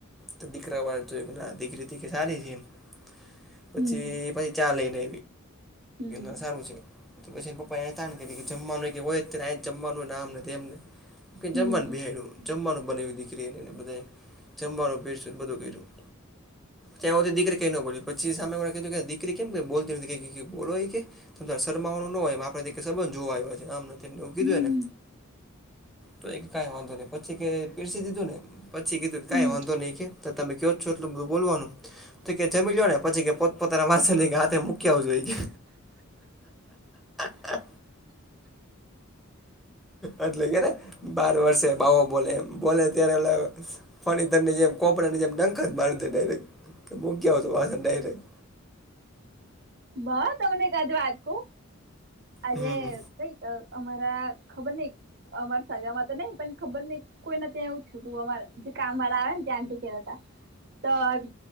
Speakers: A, in the centre; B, on the right (about 55°).
A: તો દીકરા વાળ તો કે ના દીકરી દીકરી સારી છે એમ પછી
B: હમ
A: પછી ચા લઈને
B: હમ
A: એ સારું છે પછી પ કે કે જમવાનું કે હોય જ જમવાનું નામ નથી એમને
B: હમ
A: જમવાનું બિહાડ્યું જમવાનું બને દીકરીને એને બધા જમવાનું પેરને બધું કર્યું ત્યાં તો દીકરી કઈ ન બોલ્યું પછી સામે કીધું કે દીકરી કેમ બોલતી નથી બોલોય કે શરમાવવાનું ન હોય આપણા તકે સંબંધ જોવા આવ્યો છે આમ તેમને એવું કીધું
B: હમ
A: ને તો એક કઈ વાંધો નહી પછી કે પીરસી દીધું ને પછી કીધું કે
B: હમ
A: કાઈ વાંધો નહીં કે તમે કહો છો એટલ બોલવાનું તો કે જમી લ ને પછ પો પોતાના વાસની ગાતે મૂકી આવું આવજો હ એટલે કે બાર વર્ષે ભાવો બોલે એ બોલે ત્યારે ફણી તરને જેમ કોપડાને જેમ ડંખ જ મારી દે ડાયરેક્ટ કે મૂક્યા આવ તો વા ડાયરેક્ટ
B: બસ તમને કજ વાત કઉ આજે
A: હમ
B: કઈક અમારા ખબર નહિ અમાર સાગરામાં તો નહિ પણ ખબર નહી કોઈને ત્યાં એવું છતું અમા જે કામ વાળા આવેને ત્યાંતા તો બ